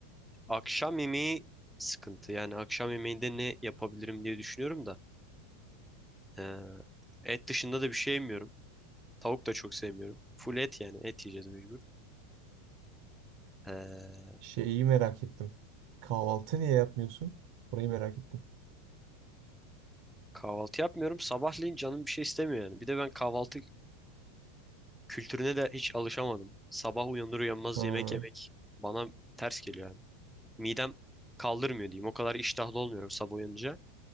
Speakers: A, in the centre; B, on the right (about 60°).
A: akşam yemeği sıkıntı. Yani akşam yemeğinde ne yapabilirim diye düşünüyorum da. Ee, et dışında da bir şey yemiyorum. Tavuk da çok sevmiyorum. Full et yani. Et yiyeceğiz mecbur. Ee,
B: Şeyi merak ettim. Kahvaltı niye yapmıyorsun? Orayı merak ettim.
A: kahvaltı yapmıyorum. Sabahleyin canım bir şey istemiyor yani. Bir de ben kahvaltı kültürüne de hiç alışamadım. Sabah uyanır uyanmaz
B: Ha,
A: yemek yemek bana ters geliyor yani. Midem kaldırmıyor diyeyim. O kadar iştahlı olmuyorum sabah uyanınca.